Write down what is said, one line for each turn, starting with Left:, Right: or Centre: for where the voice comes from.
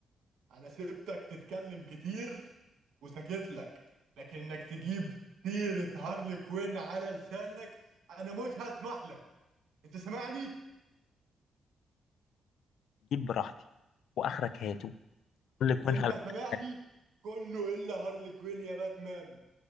Right: انا سيبتك تتكلم كتير وسكت لك لكن انك تجيب سيرة هارلي كوين على لسانك انا مش هسمح لك انت سامعني
Left: جيب براحتي واخرك هاته قول لي كون
Right: انت
Left: هبت-
Right: سامعني كله الا هارلي كوين يا باتمان